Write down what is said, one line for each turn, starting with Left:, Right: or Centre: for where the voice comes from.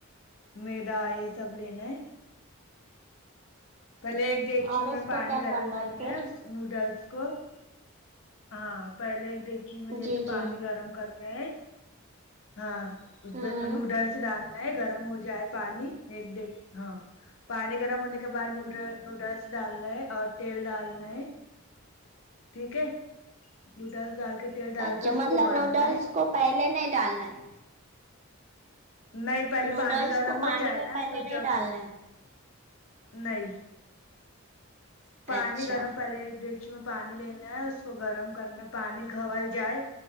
Left: میدا یہ سب لینا ہے پہلے ایک ڈیگچی
Right: اور اس
Left: میں پانی
Right: کو کیا
Left: گرم کرنا
Right: پھر
Left: ہے اس نوڈلس کو ہاں پہلے ایک دیکھچی میں جیسے
Right: جی جی
Left: پانی گرم کرنے ہے ہاں اس
Right: ہوں
Left: پ نوڈلس ڈالنا ہے گرم ہو جائے پانی ایک ڈ ہ ہاں پانی گرم ہونے کے بعد نوڈل نوڈلس ڈالنا ہے اور تیل ڈالنا ہے ٹھیک ہے نوڈلس ڈال کے تیل ڈال
Right: اچھا
Left: کے اس
Right: مطلب
Left: کو ابالنا
Right: نوڈلس
Left: ہے
Right: کو پہلے نہیں ڈالنا ہے
Left: نہیں پہلے
Right: نوڈلس
Left: پانی گرم
Right: کو
Left: ہو
Right: پانی
Left: جائے
Right: میں
Left: نا
Right: پہلے
Left: تو
Right: نہیں
Left: جب
Right: ڈالنا
Left: نہیں
Right: ہے
Left: پانی
Right: اچھا
Left: گرم پہلے ایک ڈیکچی میں پانی لینا ہے اس کو گرم کرنا پانی گھاول جائے